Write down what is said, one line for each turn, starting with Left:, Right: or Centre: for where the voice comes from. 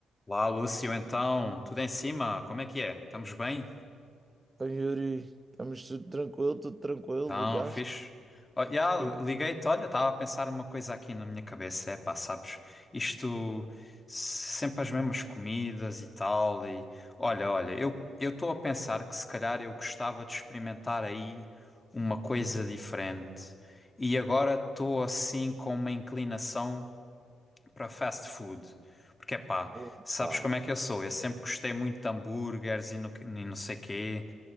Left: Lá, Lúcio, então, tudo em cima? Como é que é? Estamos bem?
Right: Então, Yuri, estamos tudo tranquilo, tudo tranquilo,
Left: Então,
Right: ligaste?
Left: fixe. Oh, já, liguei-te,
Right: Que-
Left: olha, estava a pensar uma coisa aqui na minha cabeça. É pá, sabes, isto sempre as mesmas comidas e tal. E olha, olha, eu eu estou a pensar que se calhar eu gostava de experimentar aí uma coisa
Right: Uhum.
Left: diferente. E agora estou assim com uma inclinação. para fast food. Porque, pá,
Right: Epá,
Left: sabes como é que eu sou? Eu sempre gostei muito de hambúrgueres e, no- e não sei quê.